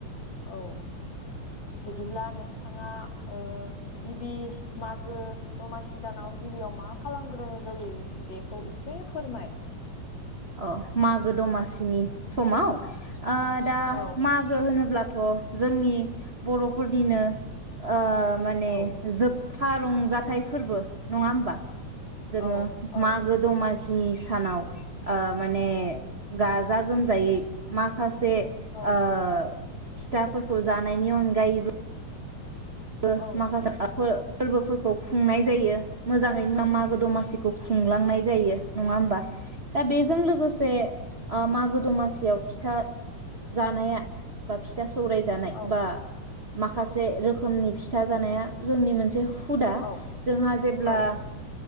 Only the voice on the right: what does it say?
अ मागो दमा सिनि समाव ओ दा
मागो होनोब्ला थ' जोंनि बर'फोरनिनो ओ माने
जोब था रंजाथाइ फोरबो नङा होमबा? जोङो
मागो दमासि सिनि सानाव ओ माने गाजा गोमजायै माखास से ओ
फिथाफोरखौ जानायनि अनगायैबो बो
माखासे फोर फोरबोफोरखौ खुंनाय जायो मोजाङै मागो दमास मानसिखौ खुंलांनाय जायो नङा होमबा दा बेजों लोगोसे मागो दमासियाव फिथा जानाया बा फिथा सं सौरायजानाय
बा माखासे रोखो रोखोमनि फिथा जानाया जोंनि मोनसे हुदा
जोंहा जेब्ला